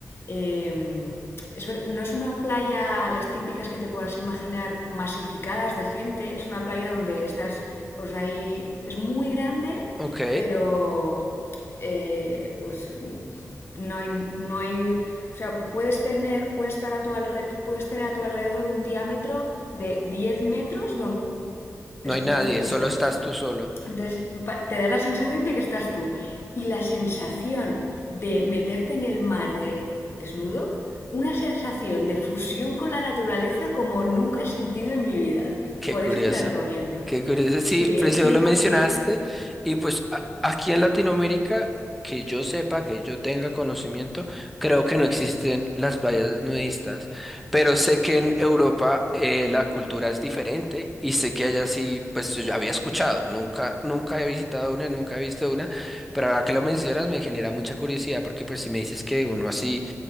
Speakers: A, on the left (about 45°); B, in the centre.
A: eh, es no es una playa, las típicas que te puedas imaginar, masificadas de gente, es una playa donde estás, pues ahí, es muy grande,
B: ok.
A: pero eh, pues no hay, no hay, o sea, puedes tener, puedes estar a tu alre- puedes tener a tu alrededor un diámetro de 10 metros
B: No hay
A: donde
B: nadie,
A: estás tú
B: solo
A: solo.
B: estás tú solo.
A: Entonces te da la sensación de que estás tú. Y la sensación de meterte en el mar de desnudo, una sensación de fusión con la naturaleza como nunca he sentido en mi vida.
B: Qué
A: Por
B: curioso,
A: eso te la recomiendo.
B: qué curioso. Sí,
A: Sí,
B: preciso
A: ¿eh? cien
B: lo
A: por
B: mencionaste.
A: cien
B: Y pues a- aquí en Latinoamérica, que yo sepa, que yo tenga conocimiento, creo que no existen las playas nudistas. Pero sé que en Europa eh, la cultura es diferente y sé que allá sí, pues yo ya había escuchado. Nunca, nunca he visitado una, nunca he visto una. Pero ahora que lo mencionas me genera mucha curiosidad porque pues si me dices que uno así